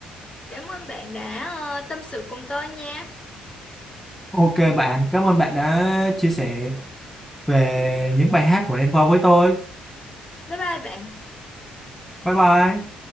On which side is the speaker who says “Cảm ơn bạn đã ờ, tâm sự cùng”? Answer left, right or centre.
Left